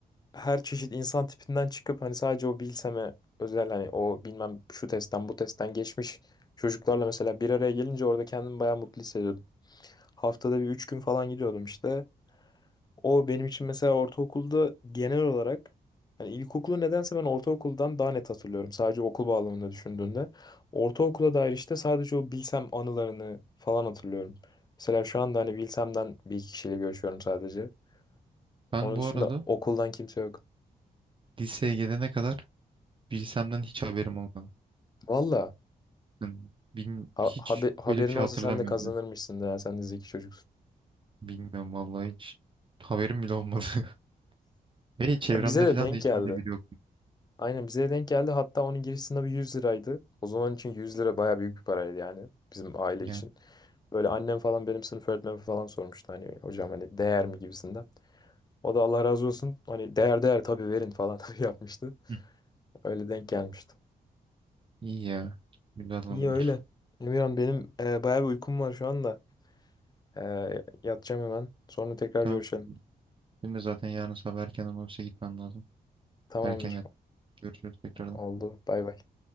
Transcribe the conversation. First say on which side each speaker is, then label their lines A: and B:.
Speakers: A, on the left; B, on the right.
A: her çeşit insan tipinden çıkıp hani sadece o bilseme özel hani o bilmem şu testten bu testten geçmiş çocuklarla mesela bir araya gelince orada kendimi bayağı mutlu hissediyordum. Haftada bir üç gün falan gidiyordum işte. O benim için mesela ortaokulda genel olarak hani ilkokulu nedense ben ortaokuldan daha net hatırlıyorum. Sadece okul bağlamında düşündüğünde. Ortaokula dair işte sadece o bilsem anılarını falan hatırlıyorum. Mesela şu anda hani bilsemden bir iki kişiyle görüşüyorum sadece.
B: Ben
A: Onun
B: bu
A: dışında
B: arada
A: okuldan kimse yok.
B: Liseye gelene kadar bilsemden hiç haberim olmadı.
A: Valla.
B: Yani bilmi-
A: Ha-
B: hiç
A: haber- haberin
B: öyle bir şey
A: olsa
B: hatırlamıyorum.
A: sen de kazanırmışsın
B: yani.
A: da ya, sen de zeki çocuksun.
B: Bilmiyorum vallahi hiç haberim bile olmadı. <laughs> Ve çevremde
A: Ya bize de
B: falan
A: denk
B: da hiç
A: geldi.
B: öyle biri yok.
A: Aynen bize de denk geldi. Hatta onun giriş sınavı 100 liraydı. O zaman için 100 lira baya büyük bir paraydı yani bizim aile
B: Yani
A: için. Böyle annem falan benim sınıf öğretmenim falan sormuştu hani hocam hani değer mi gibisinden. O da Allah razı olsun hani değer değer tabii verin falan <laughs> yapmıştı.
B: Hı,
A: Öyle denk gelmişti.
B: iyi ya. Güzel anılar.
A: İyi öyle. Emirhan benim e, bayağı bir uykum var şu anda. E, yatacağım hemen. Sonra tekrar
B: Tamam.
A: görüşelim.
B: Benim de zaten yarın sabah erken olursa gitmem lazım.
A: Tamamdır.
B: Erken yat. Görüşürüz tekrardan.
A: Oldu. Bay bay.